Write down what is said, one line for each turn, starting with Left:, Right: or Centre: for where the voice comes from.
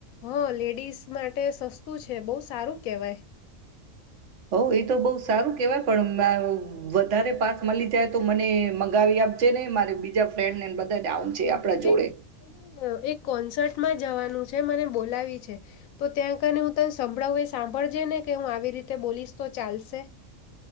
Left: હા લેડીઝ માટે સસ્તું છે, બઉ સારું કેહવાય.
Right: હઉ એ તો બઉ સારું કેવાય પણ અમ વધારે પાસ મલી જાય તો મને મંગાવી આપજે ને, મારે બીજા ફ્રેન્ડને બધા ને આવું છે આપણા જોડે
Left: એક <inaudible> એક કોન્સર્ટમાં જ જવાનું છે મને બોલાવી છે, તો ત્યાં કને હું તને સંભળાવું એ સાંભળજે ને કે હું આવી રીતે બોલીશ તો ચાલશે?